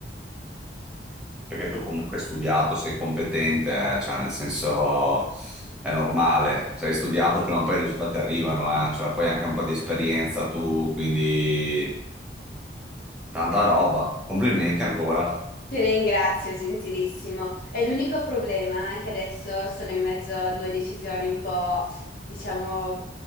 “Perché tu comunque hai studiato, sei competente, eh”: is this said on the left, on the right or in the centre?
Centre